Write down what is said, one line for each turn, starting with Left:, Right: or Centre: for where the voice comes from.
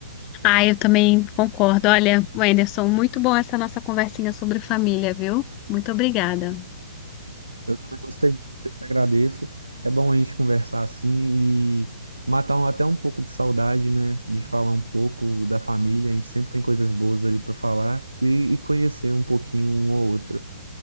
Left: Ah, eu também concordo. Olha, Wenderson, muito bom essa nossa conversinha sobre família, viu? Muito obrigada.
Right: também gostei muito, eu te agradeço. É bom a gente conversar assim e matar um- até um pouco de saudade, né? De falar um pouco da família. A gente sempre tem coisas boas ali para falar e, e conhecer um pouquinho um ou outro.